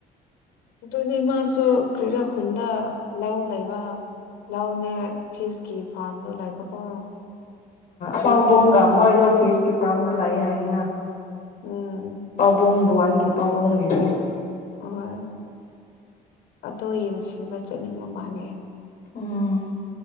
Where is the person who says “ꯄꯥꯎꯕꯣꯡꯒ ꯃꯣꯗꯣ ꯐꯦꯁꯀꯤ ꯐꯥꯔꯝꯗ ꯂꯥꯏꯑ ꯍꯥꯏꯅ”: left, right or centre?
Left